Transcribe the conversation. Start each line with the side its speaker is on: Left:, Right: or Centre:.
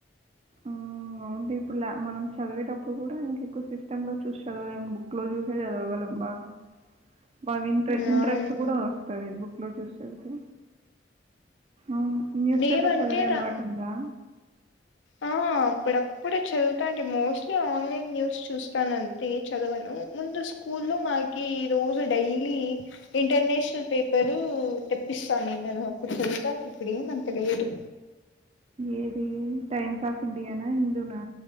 Right: ఆ మౌంట్ ఈ పుల్ల ఇప్పుడు మనం చదివేటప్పుడు కూడా ఇంకెక్కువ సిస్టమ్ లో చూసి చదవలేం బుక్ లో చూసి సే చదవగలం బాగా బాగా ఇ్ర ఇంట్రెస్ట్
Left: అవును
Right: కూడా వస్తుంది బుక్ లో చూసి చదివితే అవును న్యూస్ పేపర్
Left: ఏమంటే
Right: చదివే అలబటు
Left: రా
Right: ఉందా
Left: ఆ అప్పుడప్పుడే చదువుతాటి మోస్ట్లీ ఓన్లీ న్యూస్ చూస్తున్న టీ చదవను ముందు స్కూ లో మాకి రోజు డైలీ ఇంటర్నేషనల్ పేపరు తెప్పిస్తాన ఉన్నారు నేన్న అప్పుడు చదువుతాటీ ఇప్పుడు ఏమంత లేదు
Right: ఏది టైమ్స్ పాస్ ఇండియానా హిందూనా